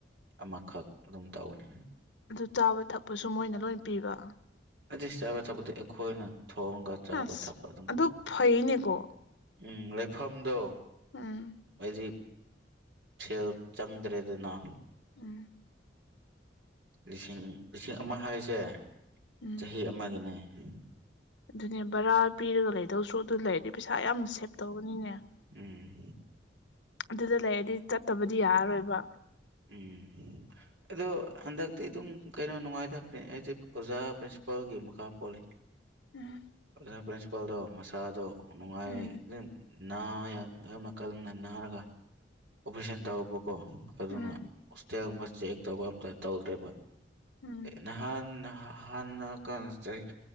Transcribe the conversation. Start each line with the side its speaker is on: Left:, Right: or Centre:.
Right: ꯑꯃꯈꯛ ꯑꯗꯨꯝꯇꯧꯒꯅꯤ
Left: ꯑꯗꯨ ꯆꯥꯕ- ꯊꯛꯄꯁꯨ ꯃꯣꯏꯅ ꯂꯣꯏ ꯄꯤꯕ
Right: ꯗꯤꯁ ꯆꯥꯕ-ꯊꯛꯄꯗꯤ ꯑꯩꯈꯣꯏꯅ ꯊꯣꯡꯒ ꯆꯥꯕ
Left: ꯑꯁ
Right: ꯊꯛꯄ ꯑꯗꯨꯝ
Left: ꯑꯗꯨ
Right: ꯇꯧꯅꯤ
Left: ꯐꯩꯅꯦꯀꯣ
Right: ꯎꯪ ꯂꯩꯐꯝꯗꯣ
Left: ꯎꯝ
Right: ꯑꯩꯗꯤ ꯁꯦꯜ ꯆꯪꯗ꯭ꯔꯦꯗꯅ
Left: ꯎꯝ
Right: ꯂꯤꯁꯤꯡ ꯂꯤꯁꯤꯡ ꯑꯃ ꯍꯥꯏꯁꯦ
Left: ꯎꯝ
Right: ꯆꯍꯤ ꯑꯃꯒꯤꯅꯦ ꯎꯝ
Left: ꯑꯗꯨꯅꯦ ꯕꯔꯥ ꯄꯤꯔꯒ ꯂꯩꯗꯧꯁꯨ ꯑꯗꯨ ꯂꯩꯔ ꯄꯩꯁꯥ ꯌꯥꯝ ꯁꯦꯚ ꯇꯧꯕꯅꯤꯅꯦ
Right: ꯎꯝ
Left: ꯑꯗꯨꯗ ꯂꯩꯔꯗꯤ ꯆꯠꯇꯕꯗꯤ ꯌꯥꯔꯣꯏꯕ
Right: ꯎꯝ ꯑꯗꯣ ꯍꯟꯗꯛꯇꯤ ꯑꯗꯨꯝ ꯀꯩꯅꯣ ꯅꯨꯡꯉꯥꯏꯇ ꯑꯩꯁꯦ ꯑꯣꯖꯥ ꯄ꯭ꯔꯤꯟꯁꯤꯄꯥꯜꯒꯤ ꯃꯈꯥ ꯄꯣꯜꯂꯤ
Left: ꯎꯝ
Right: ꯑꯣꯖꯥ ꯄ꯭ꯔꯤꯟꯁꯤꯄꯥꯜꯗ ꯃꯁꯥꯗꯣ ꯅꯨꯡꯉꯥꯏ
Left: ꯎꯝ
Right: ꯑꯗꯨ ꯅꯥ ꯌꯥꯝ ꯌꯥꯝ ꯅꯥꯀꯜꯅ ꯅꯥꯔꯒ ꯑꯣꯄꯔꯦꯁꯟ ꯇꯧꯕꯀꯣ ꯑꯗꯨꯅ
Left: ꯎꯝ
Right: ꯍꯣꯁꯇꯦꯜꯒꯨꯝꯕ ꯆꯦꯛ ꯇꯧꯕ ꯑꯝꯇ ꯇꯧꯗ꯭ꯔꯦꯕ
Left: ꯎꯝ
Right: ꯅꯍꯥꯟ ꯍꯍꯥꯟꯅ ꯀ ꯆ